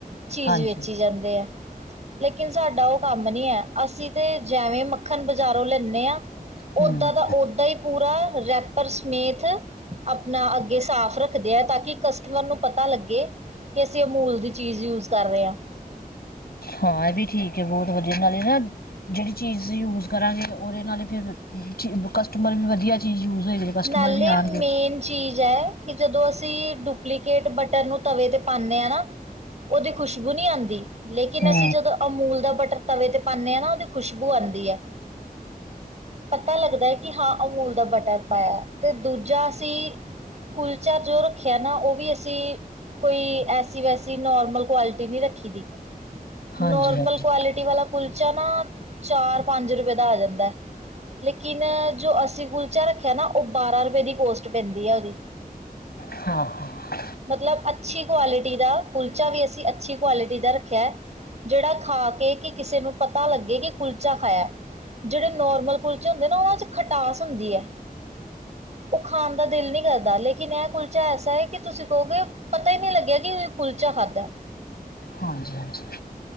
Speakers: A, on the right; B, on the left.
A: ਚੀਜ਼
B: ਹਾਂਜੀ
A: ਵੇਚੀ ਜਾਂਦੇ ਹੈ ਲੇਕਿਨ ਸਾਡਾ ਉਹ ਕੰਮ ਨੀ ਐ। ਅਸੀਂ ਤੇ ਜੇਵੇ ਮੱਖਣ ਬਜ਼ਾਰੋ ਲੈਨੇ ਆ ਓਦਾਂ
B: ਹੂੰ
A: ਦਾ ਓਦਾਂ ਈ ਪੂਰਾ ਰੈਪਰ ਸਮੇਤ ਅਪਨਾ ਅੱਗੇ ਸਾਫ਼ ਰੱਖਦੇ ਆ ਤਾਂ ਕਿ ਕਸ ਟਮਰ ਨੂੰ ਪਤਾ ਲੱਗੇ ਕਿ ਅਸੀਂ ਅਮੂਲ ਦੀ ਚੀਜ਼ ਯੂਜ ਕਰ ਰਏ ਆ।
B: ਹਾਂ ਐ ਵੀ ਠੀਕ ਏ ਬੋਤ ਵਧੀਆ ਨਾਲੇ ਨਾ ਜੇੜੀ ਚੀਜ਼ ਯੂਜ ਕਰਾਂਗੇ ਉਦੇ ਨਾਲ ਹੀ ਫਿਰ ਕਸਟਮਰ ਵੀ ਵਧੀਆ ਚੀਜ਼ ਯੂਜ ਹੋਏਗੀ ਕਸਟਮਰ
A: ਨਾਲੇ
B: ਵੀ
A: ਮੇਨ
B: ਆਣਗੇ।
A: ਚੀਜ਼ ਐ ਕਿ ਅਸੀਂ ਡੁਪਲੀਕੇਟ ਬਟਰ ਨੂੰ ਤਵੇ ਤੇ ਪਾਨੇ ਆ ਨਾ ਓਦੀ ਖੁਸ਼ਬੂ ਨੀ ਆਂਦੀ ਲੇਕਿਨ
B: ਹੂੰ
A: ਅਸੀਂ ਜਦੋਂ ਅਮੂਲ ਦਾ ਬਟਰ ਤਵੇ ਤੇ ਪਾਨੇ ਆ ਨਾ ਓਦੀ ਖੁਸ਼ਬੂ ਆਂਦੀ ਐ। ਪਤਾ ਲੱਗਦਾ ਕਿ ਹਾਂ ਅਮੂਲ ਦਾ ਬਟਰ ਪਾਇਆ ਤੇ ਦੂਜਾ ਅਸੀ ਕੁਲਚਾ ਜੋ ਰੱਖਿਆ ਨਾ ਉਹ ਵੀ ਅਸੀਂ ਕੋਈ ਐਸੀ ਵੈਸੀ ਨੋਰਮਲ ਕੁਆਲਿਟੀ ਨੀ ਰੱਖੀ ਦੀ। ਨੋਰਮਲ
B: ਹਾਂਜੀ ਹਾਂਜੀ
A: ਕੁਆਲਿਟੀ ਵਾਲਾ ਕੁਲਚਾ ਨਾ ਚਾਰ-ਪੰਜ ਰੁਪਏ ਦਾ ਆ ਜਾਂਦਾ। ਲੇਕਿਨ ਜੋ ਅਸੀਂ ਕੁਲਚਾ ਰੱਖ ਖਿਆ ਨਾ ਓ ਬਾਰਾਂ ਰੁਪਏ ਦੀ ਕੋਸਟ ਪੈਂਦੀ ਐ ਓਦੀ।
B: ਹਾਂ-ਹਾਂ
A: ਮਤਲਬ ਅੱਛੀ ਕੁਆਲਿਟੀ ਦਾ ਕੁਲਚਾ ਵੀ ਅਸੀਂ ਅੱਛੀ ਕੁਆਲਟੀ ਦਾ ਰੱਖਿਆ। ਜੇੜਾ ਖਾ ਕੇ ਕਿ ਕਿਸੇ ਨੂੰ ਪਤਾ ਲੱਗੇ ਕਿ ਕੁਲਚਾ ਖਾਇਆ। ਜੇੜੇ ਨੋਰਮਲ ਕੁਲਚੇ ਹੁੰਦੇ ਨਾ ਉਨਾਂ ਚ ਖਟਾਸ ਹੁੰਦੀ ਐ। ਉਹ ਖਾਣ ਦਾ ਦਿਲ ਨੀ ਕਰਦਾ ਲੇਕਿਨ ਇਹ ਕੁਲਚਾ ਐਸਾ ਏ ਕਿ ਤੁਸੀਂ ਕਹੋਗੇ ਪਤਾ ਈ ਨੀ ਲੱਗਿਆ ਕਿ ਕੁਲਚਾ ਖਾਧਾ।
B: ਹਾਂਜੀ-ਹਾਂਜੀ।